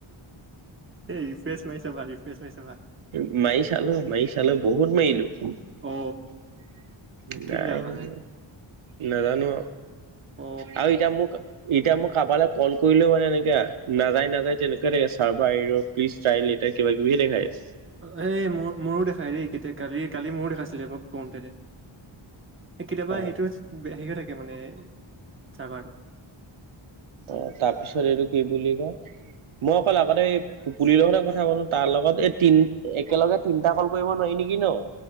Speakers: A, on the right (about 25°); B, on the right (about 70°).
A: এই ৰিফ্ৰেছ মাৰি ছাবা ৰিফ্ৰেছ মা-
B: <inaudible>
A: অ কেলে
B: নাই
A: অহা
B: নোনো নাজানো
A: অ
B: আও এতিয়া মোক এতিয়া মোক কাৰাবালৈ কল কৰিলেও মানে এনেকে নাযায় নাযায় তেনেকুৱা থাকে চাৰ্ভাৰ ইৰোৰ প্লিজ ট্ৰাই লেটাৰ কিবা কিবি। কি দেখাইছ।
A: এ মোৰ মোৰো দেখাই ৰে কেতিয়া কালি কালি মোৰো দেখাইছিলে মই কৰোতে। এ কেতিয়াবা
B: অ
A: সেইটো হেৰি হৈ থাকে মানে চাৰ্ভাৰটো।
B: অ তাৰপিছত এইটো কি বুলি কয়? মই অকল আগতে এই পুলিৰ লগতে কথা পাতো তাৰ লগত এই তিন একেলগে তিনটা কল কৰিব নোৱাই। কি ন?